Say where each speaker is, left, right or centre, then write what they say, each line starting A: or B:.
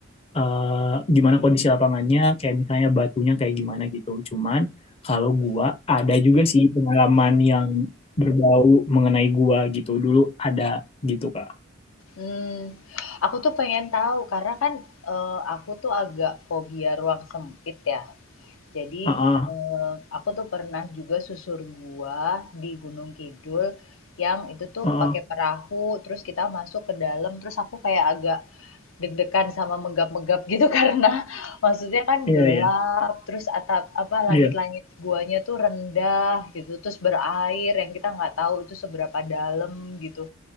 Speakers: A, on the left (about 30°); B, on the left (about 85°).
A: eh, gimana kondisi lapangannya, kayak misalnya batunya kayak gimana gitu. Cuman kalau gua ada juga sih pengalaman yang berbau mengenai gua gitu. Dulu ada gitu, Kak.
B: Hmm, aku tuh pengen tahu karena kan, eee, aku tuh agak fobia ruang sempit ya. Jadi,
A: Heeh,
B: eee, aku tuh pernah juga susur gua di Gunung Kidul yang itu tuh
A: heeh.
B: pakai perahu, terus kita masuk ke dalam, terus aku kayak agak deg-degan sama menggap-menggap gitu <laughs> karena maksudnya kan
A: Iya,
B: gelap,
A: iya.
B: terus atap apa,
A: Iya.
B: langit-langit guanya tuh rendah gitu, terus berair yang kita nggak tahu itu seberapa dalam gitu.